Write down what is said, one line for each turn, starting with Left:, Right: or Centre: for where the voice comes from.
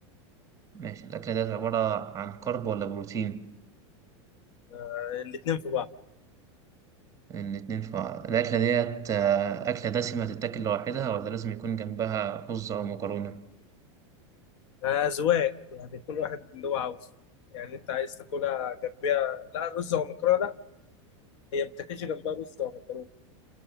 Right: ماشي الأكلة ديت عبارة عن كرب ولا بروتين؟
Left: آه، الاتنين في بعض
Right: الاتنين في بعض الأكلة ديت آه، أكلة دسمة تتاكل لوحدها ولا لازم يكون جنبها رز أو مكرونة؟
Left: آه، أذواق يعني كل واحد اللي هو عاوزه يعني أنت عايز تاكلها جنبها لا رز أو مكرونة لا هي ما بتاكلش جنبها رز أو مكرونة